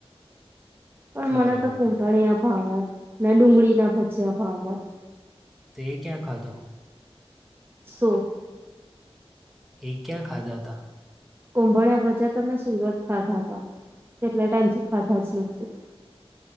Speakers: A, on the right (about 20°); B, in the centre.
A: પણ
B: બરોબર
A: મને તો કુંભનીયા ભાવે ના ડુંગળી ના ભજિયા ભાવે -
B: તે એ ક્યાં ખાધા?
A: શું?
B: એ કયાં ખાધા તા?
A: કુંભળિયા ભજિયા તો અમે સુરતમાં ખાધા તા કેટલા ટાઈમ થી ખાધા જ નથી.